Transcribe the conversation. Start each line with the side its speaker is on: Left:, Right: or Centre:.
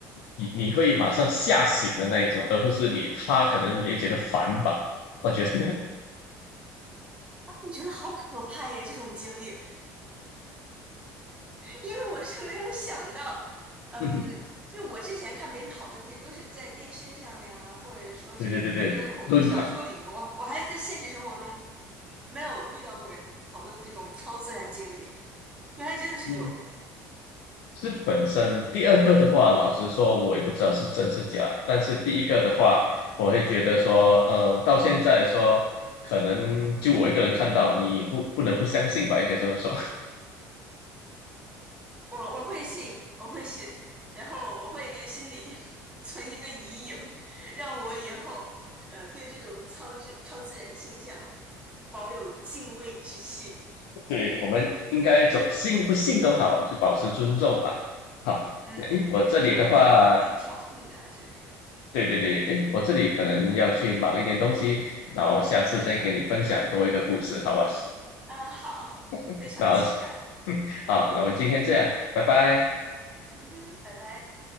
Left: 你你会马上吓醒的那一种，而不是你他可能也觉得烦吧，我觉得，
Right: 我觉得好可怕耶，这种经历，因为我是没有想到，嗯，
Left: <laughs>
Right: 就我之前看别人讨论这些都是在电视上呀，或者说是那种恐怖小说里面，
Left: 对对对对，论坛，
Right: 我我还在现实生活中嗯没有遇到过人讨论这种超自然经历，原来真的是有的诶
Left: 嗯，是本身第二个的话，老实说，我也不知道是真是假。但是第一个的话，我会觉得说，呃，我到现在来说，可能就我一个人看到，你不不能不相信吧，应该这么说。<laughs>
Right: 我我会信，我会信，然后我会心里 <laughs> 存一个疑影，让我以后呃对这种超自超自然现象保有敬畏之心。
Left: 对，我们应该总信不信都好，就保持尊重吧。好，
Right: 嗯，
Left: 那诶，我这里的话，
Right: 对，就不要故意挑衅啊之类的。
Left: 对对对，诶，我这里可能要去忙一点东西，然后下次再跟你分享多一个故事，好吧？
Right: 啊，好，
Left: <laughs>
Right: 非常期待。
Left: 那好，那我们今天这样，拜拜。
Right: 嗯哼，拜拜。